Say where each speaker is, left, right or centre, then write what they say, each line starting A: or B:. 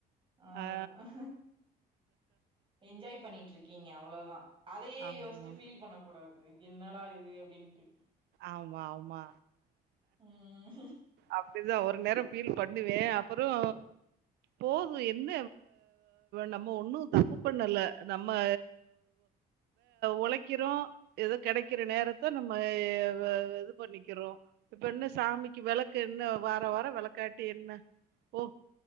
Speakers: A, on the right; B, on the right.
A: ஆஹ
B: ஆ
A: என்ஜாய் பண்ணிட்டு இருக்கீங்க அவ்ளோதான் அதயே
B: ஆமா
A: யோசிச்சு ஃபீல் பண்ணக் கூடாது இது என்னடா இது அப்டின்ட்டு
B: ஆமா ஆமா
A: ம்
B: அப்டிதான் ஒ ரு நேரம் ஃபீல் பண்ணுவேன் அப்புறம் போதும் என்ன நமம் தப்பு பண்ணல நம்ம உழைக்கிறோ ஏதோ கிடைக்கிற நேரத்த நம்ம அ இது பண்ணிக்கிறோம் இப்ப என்ன சாமிக்கு விளக்கு என்ன வார வாரம் விளக்காட்டி என்ன போ